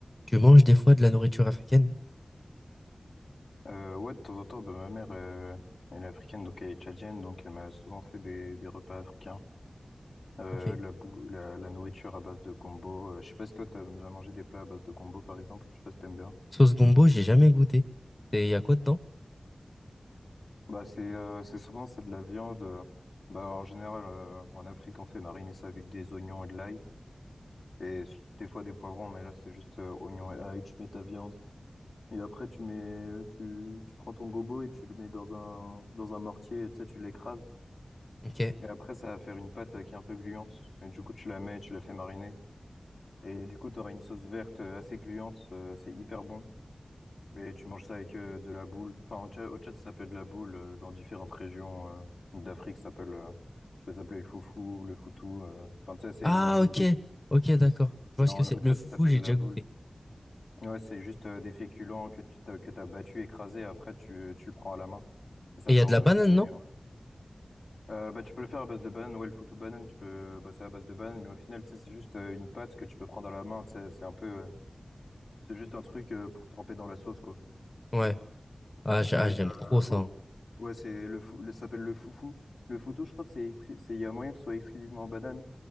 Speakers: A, on the left; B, on the left.
A: Tu manges des fois de la nourriture africaine?
B: Euh, ouais, de temps en temps, bah, ma mère, euh, elle est africaine, donc elle est tchadienne, donc elle m'a souvent fait des, des repas africains. Euh,
A: Ok.
B: la, bou- la, la nourriture à base de gombo. Euh, je sais pas si toi, t'as déjà mangé des plats à base de gombo, par exemple. Je sais pas si t'aimes bien.
A: Sauce gombo, j'ai jamais goûté. Et il y a quoi dedans?
B: Bah, c'est euh, c'est souvent, c'est de la viande. euh, Bah, en général, euh, en Afrique, on fait mariner ça avec des oignons et de l'ail. Et s- des fois, des poivrons, mais là, c'est juste euh, oignons et ail. Tu mets ta viande. Et après, tu mets, tu, tu prends ton gombo et tu le mets dans un, dans un mortier. Et, tu sais, tu l'écrases.
A: Ok.
B: Et après, ça va faire une pâte euh, qui est un peu gluante. Et du coup, tu la mets et tu la fais mariner. Et du coup, tu auras une sauce verte euh, assez gluante. euh, c'est hyper bon. Et tu manges ça avec euh, de la boule. Enfin, au Tchad, au Tchad, ça s'appelle de la boule. euh, dans différentes régions euh, d'Afrique, ça s'appelle, euh, ça peut s'appeler le foufou, le foutou. euh. Enfin, tu sais, c'est
A: Ah,
B: une, une
A: ok.
B: des-
A: Ok, d'accord. Je vois
B: Mais
A: ce
B: en,
A: que c'est.
B: au Tchad,
A: Le foufou,
B: ça s'appelle
A: j'ai déjà
B: la boule.
A: goûté.
B: Ouais, c'est juste euh, des féculents que tu t'as, que t'as battu, écrasé. Après, tu, tu le prends à la main. Et ça
A: Et il
B: forme,
A: y a de la banane,
B: euh, tu le mets.
A: non?
B: Euh, bah, tu peux le faire à base de banane, ouais, le foot ou banane, tu peux, bah, c'est à base de banane, mais au final, tu sais, c'est juste euh, une pâte que tu peux prendre à la main, tu sais, c'est un peu, euh, c'est juste un truc euh, pour tremper dans la sauce, quoi.
A: Ouais. Ah, j'a-
B: Mais,
A: ah, j'aime trop
B: euh,
A: ça. hein.
B: ouais, c'est le fou, le- ça s'appelle le foufou. Le foutou, je pense, c'est, exclu- c'est, il y a moyen que ce soit exclusivement en banane,